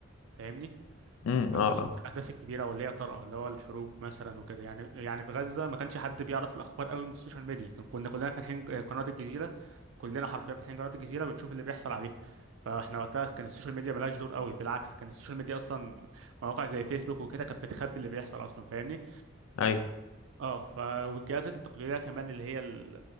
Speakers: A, on the right (about 70°); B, on the left (about 80°).
A: فاهمني
B: امم اه
A: خصوصا
B: اه
A: في الاحداث الكبيره واللي هي طارئه اللي هو الحروب مثلا وكده يعني يعني في غزه ما كانش حد بيعرف الاخبار قوي من السوشيال ميديا كان- كنا كلنا فاتحين قناه الجزيره كلنا حرفيا فاتحين قناه الجزيره بنشوف اللي بيحصل عليه فاحنا وقتها كان السوشيال ميديا ملهاش دور قوي بالعكس كان السوشيال ميديا اصلا مواقع زي فيسبوك وكده كانت بتخبي اللي بيحصل اصلا فاهمني
B: ايوه
A: اه ف والجهات التقليديه كمان اللي هي ال-